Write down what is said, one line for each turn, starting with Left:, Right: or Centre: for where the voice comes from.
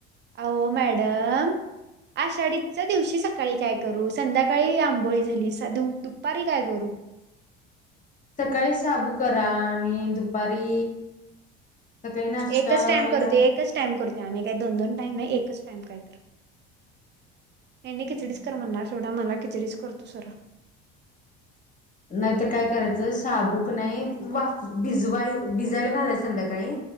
Right: आहो मॅडम आषाढीच्या दिवशी सकाळी काय करू संध्याकाळी आंबोळी झाली साध दु दुपारी काय करू
Left: सकाळी शाबू करा आणि दुपारी सकाळी नाष्टाला
Right: एकच टाइम करतोय एकच टाईम करतोय आम्ही काय दोन दोन टाईम एकच टाइम कायतर. हेनी
Left: मग
Right: खिचडीच कर म्हणणार सोडा मला खिचडीच करतो सरळ.
Left: नाहीतर काय करायचं शाबू कनय वाफ भिजवाय भिजायला घालाय संध्याकाळी